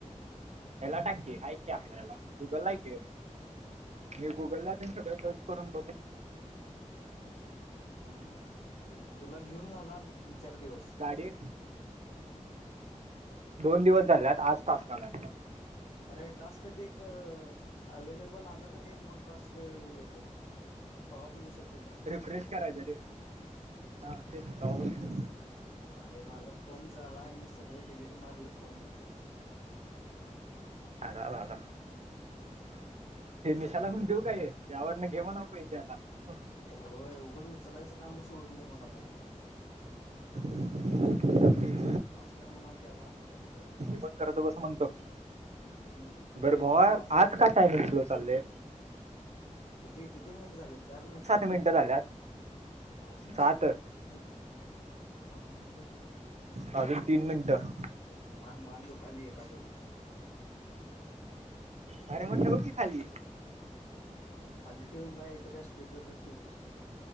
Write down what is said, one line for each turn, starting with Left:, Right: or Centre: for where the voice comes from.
Right: याला टाककी ऐक आपल्याला गुगल ऐक मी गुगलला त्यां सगळं सर्च करून बघ
Left: हम्म हम्म तुला घेऊन झाला तीन चार दिवस
Right: गाडी दोन दिवस झालेत आज तास कलाय
Left: अरे टास्कध एक अवेलेब <unintelligible> आल कनी मग टास्क अवेळी येतेय. कवापण येऊ शकत.
Right: रिफ्रेश करायचं रे, हा ते कवापण
Left: अरे माझा फोन जाळाय मी, सगळ डिलीट मारलं फोन मधल.
Right: आ रा रा रा. ते निशाला म्हून देऊ काय यावर न घेवा ना काय तेे आता.
Left: होय उघंच उचलायचं काम सोडून दे मणाव त्याला
Right: रिकाम
Left: भास्कर म्हणावते आता तस
Right: ब करतो कसं म्हणतो.
Left: हम्म
Right: बर
Left: बिनकामाचं
Right: भा आज काय टायमिंग स्लो चाललंय
Left: किती किती मिनट झाले चार मिनिट
Right: मिनिटं झाल्यात
Left: अजूनच
Right: सात
Left: अजून आहेत. आजून नाही सर
Right: अजून तीन मिनिटं
Left: मा माांडूकाली एका बाजूची
Right: कारे मोठ ठ ब की खाली
Left: अ खाली ठेवून काय येतं का स्पीकरवर ठेव तोस का